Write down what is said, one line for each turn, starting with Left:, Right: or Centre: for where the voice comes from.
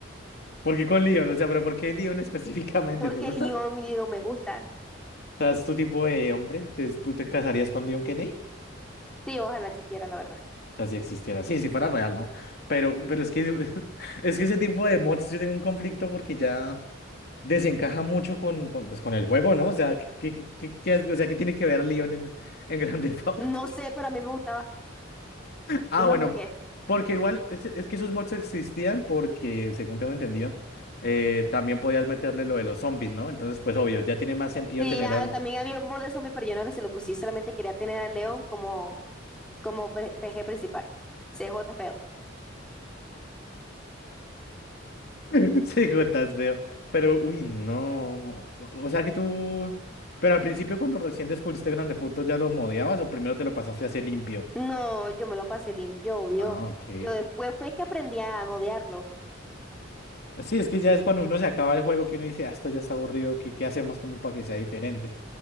Left: ¿Por qué con Leon? O sea, pero ¿por qué Leon específicamente?
Centre: Porque
Left: ¿Te gusta?
Centre: Leon,
Left: O
Centre: mi Leon, me gusta.
Left: sea, es tu tipo de hombre. Entonces, ¿Tú te casarías con Leon Kennedy?
Centre: Sí, ojalá existiera, la verdad.
Left: O sea, si existiera. Sí, si fuera real, ¿no? Pero, pero es que, <laughs> es que ese tipo de mods yo tengo un conflicto porque ya desencaja mucho con, con, pues, con el juego, ¿no? O sea, ¿qué, qué- qué- qué- o sea, ¿qué tiene que ver Leon en, en Grand Theft Auto?
Centre: No sé,
Left: <laughs>
Centre: pero a mí me gustaba.
Left: Ah,
Centre: No
Left: bueno,
Centre: me juzgues.
Left: porque igual es, es que esos mods existían porque, según tengo entendido, eh, también podías meterle lo de los zombies, ¿no? Entonces, pues obvio, ya tiene más sentido
Centre: Sí,
Left: tener
Centre: ah,
Left: a
Centre: también había un mod de zombie, pero yo no se lo puse. Solamente quería tener a Leon como, como P- PG principal. C J feo.
Left: <laughs> Sí, hijo, estás feo. Pero, uy, no. O o sea que tú. Pero al principio, cuando recién descubriste Grande Furto, ¿ya lo modeabas o primero te lo pasaste así limpio?
Centre: No, yo me lo pasé limpio, obvio.
Left: Ah, ok.
Centre: Yo después fue que aprendí a modearlo.
Left: Sí, es que ya es cuando uno se acaba el juego que uno dice, ah, esto ya está aburrido, ¿qué, qué hacemos como para que sea diferente?